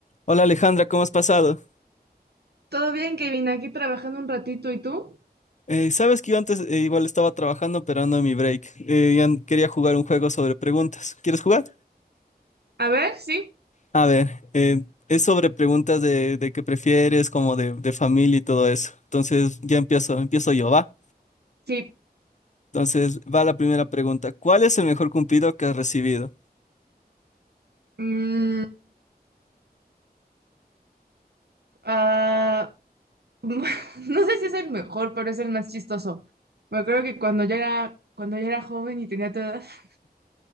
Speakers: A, on the left (about 45°); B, on the right (about 80°).
A: Hola Alejandra, ¿cómo has pasado?
B: Todo bien, Kevin, aquí trabajando un ratito. ¿Y tú?
A: Eh, sabes que yo antes eh, igual estaba trabajando, pero ando en mi break. Eh, ya quería jugar un juego sobre preguntas. ¿Quieres jugar?
B: A ver, sí,
A: A ver, eh, es sobre preguntas de, de qué prefieres, como de, de familia y todo eso. Entonces ya empiezo, empiezo yo, ¿va?
B: sí.
A: Entonces va la primera pregunta. ¿Cuál es el mejor cumplido que has recibido?
B: Mm, ah, <laughs> no sé si es el mejor, pero es el más chistoso. Me acuerdo que cuando yo era, cuando yo era joven y tenía tu edad, <laughs>